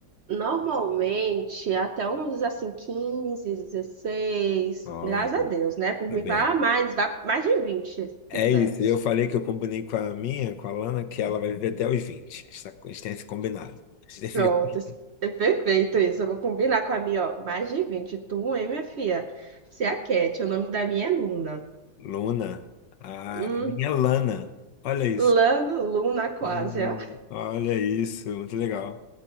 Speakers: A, on the right; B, on the left.
A: Normalmente, até uns assim, quinze, dezesseis,
B: Olha,
A: graças a Deus, né? Por
B: tá
A: mim,
B: bem.
A: vá mais, vá mais de 20, se
B: É
A: quiser.
B: isso, eu falei que eu combinei com a minha, com a Lana, que ela vai viver até os 20. A gente tá- a gente tem esse combinado. <laughs> A gente tem
A: Pronto,
B: esse-
A: assim,
B: <laughs>
A: é perfeito isso. Eu vou combinar com a minha, ó, mais de 20. Tu, hein, minha filha? Você é a Cat, o nome da minha é Luna.
B: Luna, a,
A: Hum,
B: a minha é Lana, olha isso.
A: Lano, Luna quase,
B: Lana,
A: ó.
B: Olha isso, muito legal.